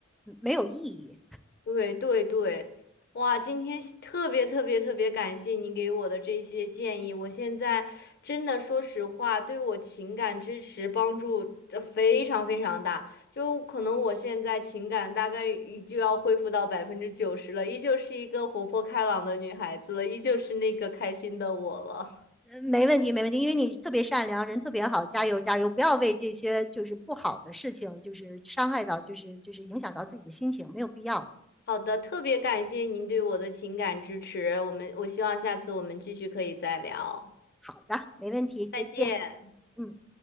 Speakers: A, in the centre; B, on the left.
A: 没有意义。
B: 对对对，哇！今天特别特别特别感谢您给我的这些建议，我现在真的说实话，对我情感支持帮助呃非常非常大。就可能我现在情感大概已经要恢复到百分之九十了，依旧是一个活泼开朗的女孩子了，依旧是那个开心的我了。
A: 没问题，没问题，因为你特别善良，人特别好，加油加油！不要为这些就是不好的事情，就是伤害到，就是就是影响到自己的心情，没有必要。
B: <laughs> 好的，特别感谢您对我的情感支持，我们我希望下次我们继续可以再聊，
A: 好的，没问题，再见。
B: 再见。
A: 嗯。